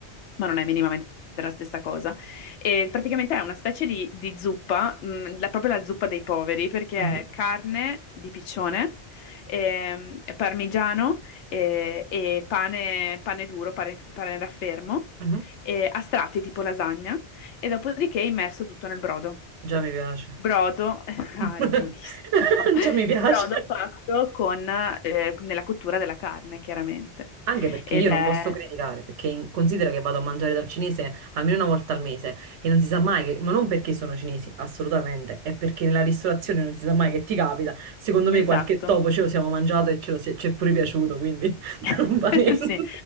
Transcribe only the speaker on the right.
Mm.
Mhm.
Già mi piace.
<laughs>
Già mi piace.
Anche perché
io
non posso criticare, perché in- considera che vado a mangiare dal cinese almeno una volta al mese e non si sa mai che, ma non perché sono cinesi, assolutamente, è perché nella ristorazione non si sa mai che ti capita. Secondo me
qualche topo ce lo siamo mangiato e ce lo si ci è pure piaciuto, quindi <laughs>
non va niente.